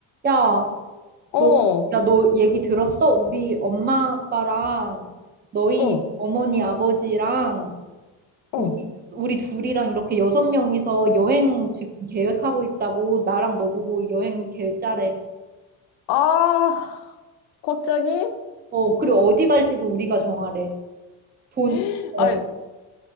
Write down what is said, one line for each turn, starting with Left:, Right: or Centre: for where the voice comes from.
Right: 야,
Left: 어,
Right: 너, 야, 너 얘기 들었어? 우리 엄마 아빠랑 너희
Left: 어,
Right: 어머니 아버지랑
Left: 어.
Right: 우리 우리 둘이랑 이렇게 여섯 명이서 여행 지금 계획하고 있다고 나랑 너 보고 여행 계획 짜래.
Left: 아, 갑자기?
Right: 어, 그리고 어디 갈지도 우리가 정하래. 돈,
Left: <gasps>
Right: 어,
Left: 아,